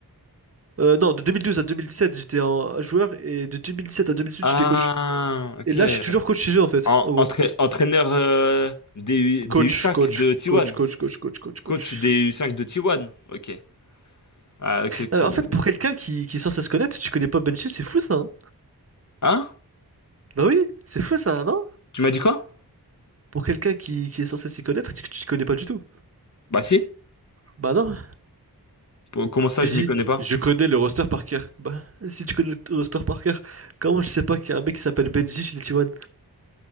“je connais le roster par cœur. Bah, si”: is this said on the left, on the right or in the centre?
Right